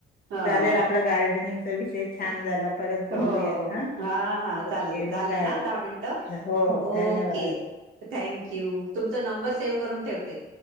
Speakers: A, on the right; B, on the left.
A: हां--हो,
B: चालेल आपला गार्डनिंगचा विषय छान झाला. परत बोलूयात हां.
A: हाहा
B: ओके,
A: चालेल. झाले
B: बाय.
A: ना, दहा मिनिटं
B: हो, हो.
A: ओके.
B: धन्यवाद.
A: थँक्यू, तुमचा नंबर सेव्ह करून ठेवते. ते.